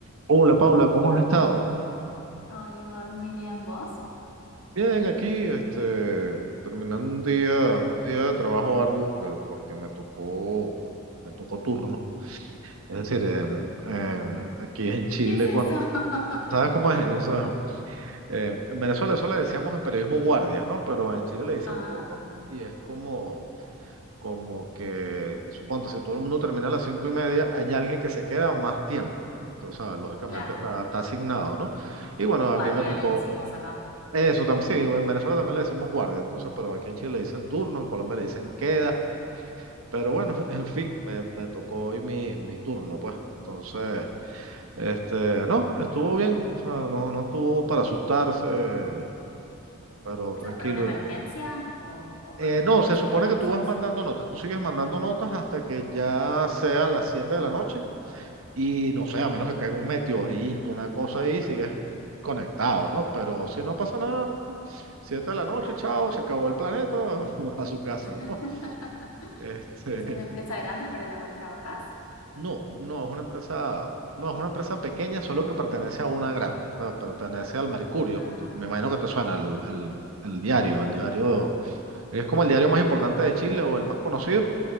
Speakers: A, on the right; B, on the left.
A: Hola Paula, ¿cómo has estado?
B: Hola, Igor, muy bien, ¿vos?
A: Bien, aquí, este, terminando un día, un día de trabajo arduo porque, porque me tocó, me tocó turno. Es decir, en- en-
B: <laughs>
A: aquí en Chile,
B: ¿Qué es eso?
A: cuan-
B: <laughs>
A: ¿sabes cómo es eso? Eh, en Venezuela eso le decíamos en periodismo guardias, ¿no? Pero en Chile le dicen
B: Ah,
A: turno y es como, como que, suponte, si todo el mundo termina a las cinco y media, hay alguien que se queda más tiempo. Entonces, o sea, lógicamente
B: claro,
A: está, está asignado, ¿no? Y bueno,
B: guardia
A: a mí me tocó,
B: le decimos acá.
A: Eso también, sí, en Venezuela también le decimos guardia, entonces, pero aquí en Chile le dicen turno, en Colombia le dicen queda, pero bueno, <laughs> en fin, me, me tocó hoy mi, mi turno, pues. Entonces, este, no, estuvo bien, o sea, no, no estuvo para asustarse, pero
B: ¿Eso
A: tranquilo.
B: es para una emergencia o, o
A: Eh,
B: por qué
A: no, se
B: se
A: supone
B: tiene
A: que
B: que
A: tú
B: hacer
A: vas
B: eso?
A: mandando notas, tú sigues mandando notas hasta que ya sean las siete de la noche Y no sé, a menos que caiga un meteorito, una cosa ahí, sigues conectado, ¿no? Pero si no pasa nada, siete de la noche,
B: Ya está.
A: chao, se acabó el planeta, <laughs> a su casa,
B: <laughs>
A: ¿no? Este,
B: ¿Es una empresa grande para la cual trabajas?
A: no, no, es una empresa, no, es una empresa pequeña, solo que pertenece a una grande, o sea, pertenece al Mercurio,
B: Ah,
A: Tú- me imagino que te suena el, el, el diario, el diario, es como el diario más importante de Chile o el más conocido,